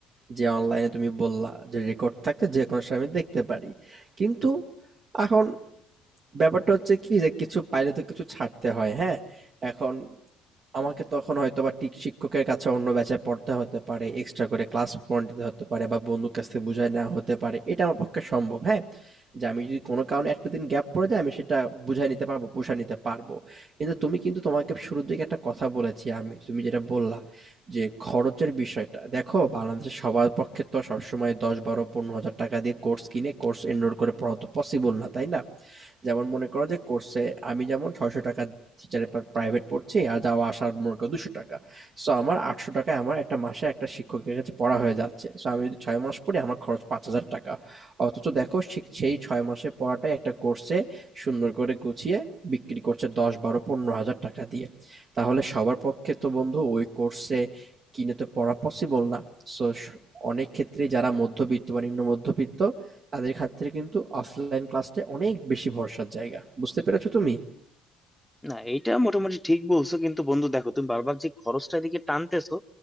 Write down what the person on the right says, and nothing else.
যে অনলাইনে তুমি বললা যে রেকর্ড থাকতে যে কোনো সময় আমি দেখতে পারি। কিন্তু এখন ব্যাপারটা হচ্ছে কি যে কিছু পাইলে তো কিছু ছাড়তে হয়, হ্যাঁ? এখন আমাকে তখন হয়তোবা ঠিক শিক্ষকের কাছে অন্য ব্যাচে পড়তে হতে পারে, এক্সট্রা করে ক্লাস পয়েন্ট দিতে হতে পারে বা বন্ধুর কাছ থেকে বুঝায় নেওয়া হতে পারে। এটা আমার পক্ষে সম্ভব, হ্যাঁ? যে আমি যদি কোনো কারণে একটা দিন গ্যাপ পড়ে যায় আমি সেটা বুঝায় নিতে পারবো, পুষায় নিতে পারবো। কিন্তু তুমি কিন্তু তোমাকে শুরুর দিকে একটা কথা বলেছি আমি, তুমি যেটা বললা যে খরচের বিষয়টা। দেখো বাংলাদেশে সবার পক্ষে তো সবসময় ১০, ১২, ১৫ হাজার টাকা দিয়ে কোর্স কিনে কোর্স এনরোল করে পড়া তো পসিবল না, তাই না? যেমন মনে করো যে কোর্সে আমি যেমন ছয়শো টাকা টিচারের প্রাইভেট পড়ছি আর যাওয়া আসার মনে করো দুশো টাকা সো আমার আটশো টাকায় আমার একটা মাসে একটা শিক্ষকের কাছে পড়া হয়ে যাচ্ছে সো আমি যদি ছয় মাস পড়ি আমার খরচ পাঁচ হাজার টাকা অথচ দেখো সে- সেই ছয় মাসের পড়াটাই একটা কোর্সে সুন্দর করে গুছিয়ে বিক্রি করছে দশ বারো পনেরো হাজার টাকা দিয়ে তাহলে সবার পক্ষে তো বন্ধু ওই কোর্সে কিনে তো পড়া পসিবল না সো অনেক ক্ষেত্রে যারা মধ্যবিত্ত বা নিম্ন মধ্যবিত্ত তাদের ক্ষেত্রে কিন্তু অফলাইন ক্লাসটা অনেক বেশি ভরসার জায়গা বুঝতে পেরেছো তুমি